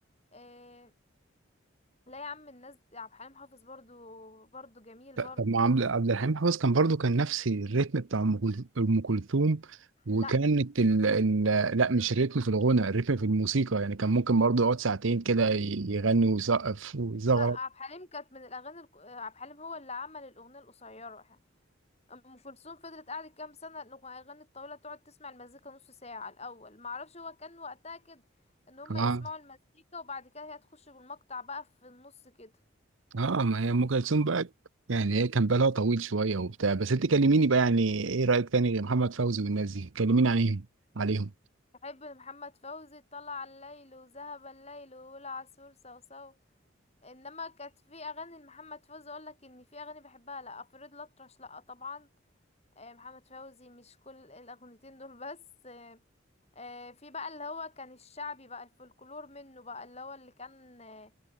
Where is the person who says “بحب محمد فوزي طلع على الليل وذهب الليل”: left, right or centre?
Left